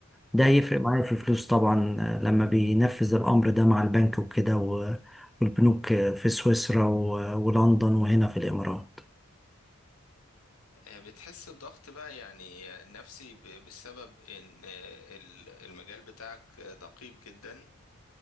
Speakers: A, in the centre; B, on the left.
A: ده هيفرق معايا في فلوس طبعا آه، لما بينفذ الامر ده مع البنك وكده و- والبنوك آه، في سويسرا و- ولندن وهنا في الامارات
B: آه، بتحس بضغط بقى يعني نفسي ب- بسبب ان آه، ال- المجال بتاعك دقيق جدا